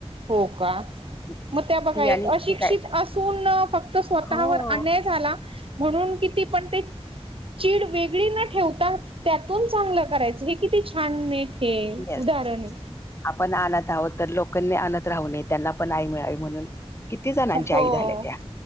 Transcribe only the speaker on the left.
म्हणजे
ती
आणि
ते काय
हो.
येस
आपण आणत आहोत तर लोकांनी आणत राहू नये त्यांना पण आई मिळावी म्हणून किती जणांची
आई झालेल्या